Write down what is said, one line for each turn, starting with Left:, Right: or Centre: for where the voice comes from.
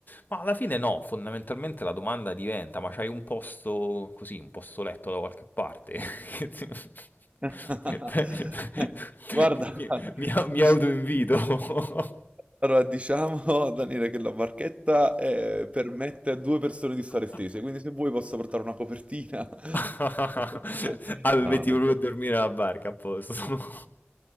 Left: Ma alla fine no, fondamentalmente la domanda diventa, ma c'hai un posto così, un posto letto da qualche parte? <laughs>
Right: <laughs>
Left: Che ti-
Right: Guarda,
Left: Mi, mi, mi
Right: di,
Left: autoinvito.
Right: Allora, diciamo, <laughs> Daniele, che la barchetta eh, permette a due persone di stare
Left: <laughs>
Right: stese, quindi se vuoi posso portare una copertina. <laughs>
Left: <laughs> Ah, mi
Right: No,
Left: metti
Right: non
Left: proprio
Right: è vero.
Left: a dormire alla barca, a posto. <laughs>